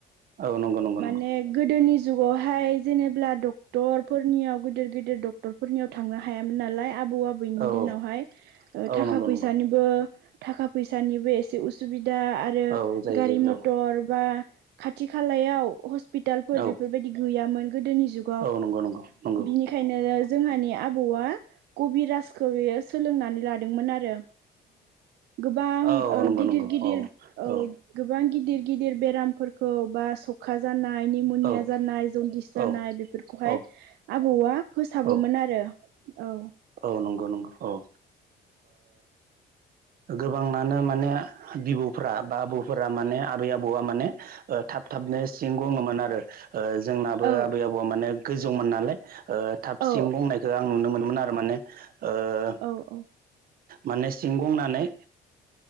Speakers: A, on the right; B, on the right.
A: औ नंगौ नंगौ
B: माने
A: नंगौ
B: गोदोनि जुगावहाय जेनेब्ला डक्टर फोरनियाव गिदिर गिदिर डक्टरफोरनियाव थांनो हायामोन नालाय आबौ आ बैनि
A: औ
B: दिनावहाय
A: औ
B: थाखा
A: नंगौ
B: फैसानि
A: नंगौ
B: निबो‌ थाखा फैसानिबो एसे उसुबिदा आर रो
A: औ जायो
B: गारि
A: जायो
B: मथर बा खाथि खालायाव हस पिटालफोर
A: औ औ
B: बेफोरबायदि गैयामोन गोदोनि जुग
A: औ नंगौ नंगौ नंगौ।
B: बेनिखायनो जोंहानि आबौआ कबिराजखौ बेयो सोलोंनानै लादोंमोन आरो। गोबां
A: औ
B: ओ
A: नंगौ
B: गिदिर
A: नंगौ
B: गिदिर
A: औ
B: ओ
A: औ
B: गो बां गिदिर गिदिर बेरामफोरखौ बा स खा जानाय निम'निया
A: औ
B: जानाय जन्दिस
A: औ
B: जानाय बेफोरखौहाय
A: औ
B: आबौआ फोसाबोमोन
A: औ
B: आरो औ
A: औ नंगौ नंगौ औ गोबाङानो माने बिबौफ्रा बा आबौफोरा माने आबै आबौआ माने ओ थाब थाबनो सिं गुङोमोन आरो ओ जोंनाबो
B: औ
A: आबै आबौआ माने गोजौमोन नालाय ओ थाबसिन
B: औ
A: बुंनायखौ आं नुनो मोन माने ओ
B: औ औ।
A: माने सिंं गंनानै